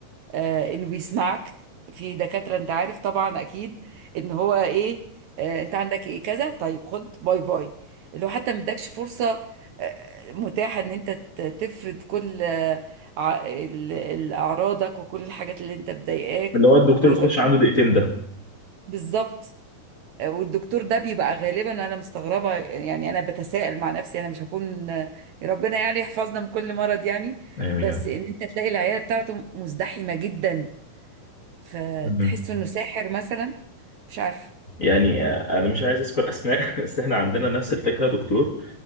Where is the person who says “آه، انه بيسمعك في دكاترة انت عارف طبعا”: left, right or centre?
Right